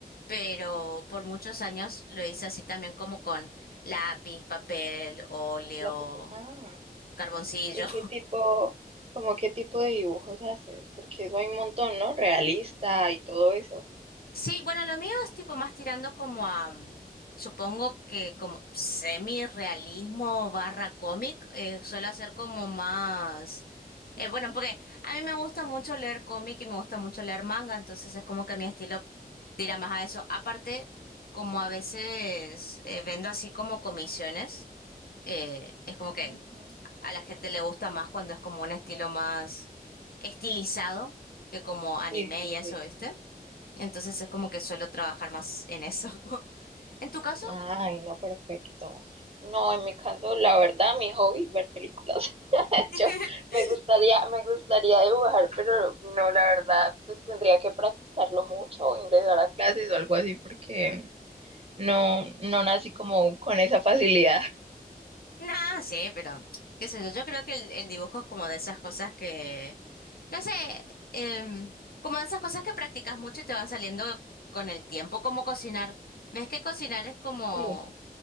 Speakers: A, on the left; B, on the right.
A: pero por muchos años lo hice así también como con lápiz, papel, óleo,
B: La persona- ah,
A: carboncillo.
B: ¿y qué tipo, como qué tipo de dibujos haces? Porque eso hay un montón, ¿no? Realista y todo eso.
A: Sí, bueno, lo mío es tipo más tirando como a, mm, supongo que como semi-realismo barra cómic, eh, suelo hacer como más,
B: Ujú,
A: eh, bueno, porque a mí me gusta mucho leer cómic y me gusta mucho leer manga, entonces es como que mi estilo tira más a eso. Aparte, como a veces eh, vendo así como comisiones, eh, es como que
B: ujú.
A: a la gente le gusta más cuando es como un estilo más estilizado que como
B: Sí,
A: anime
B: sí,
A: y eso,
B: sí.
A: ¿viste? Entonces es como que suelo trabajar más en eso. <laughs> ¿En tu caso?
B: Ay, no, perfecto. No, en mi caso, la verdad, mi hobby es ver películas. <laughs>
A: <laughs>
B: Yo me gustaría, me gustaría dibujar, pero no, la verdad, pues tendría que practicarlo mucho o ingresar a clases o algo así, porque no, no nací como con esa facilidad.
A: Nah, sí, pero qué sé yo, yo creo que el, el dibujo es como de esas cosas que, no sé, em, como de esas cosas que practicas mucho y te van saliendo con el tiempo, como cocinar. Ves que cocinar es como,
B: Sí,